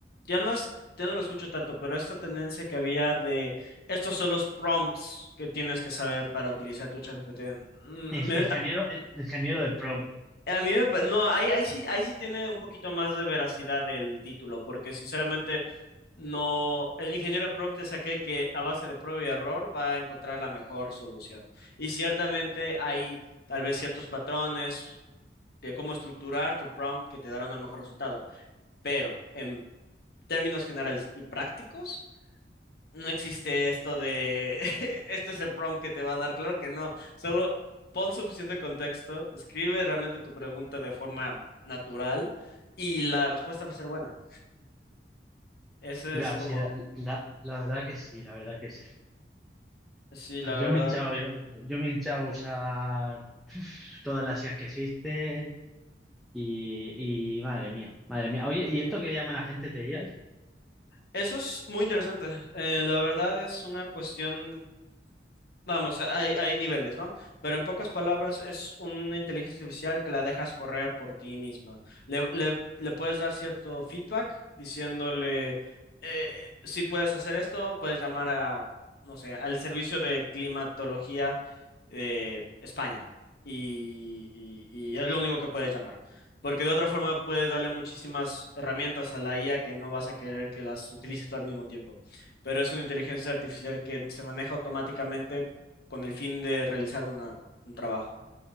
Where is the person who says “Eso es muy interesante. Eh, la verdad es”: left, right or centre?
Left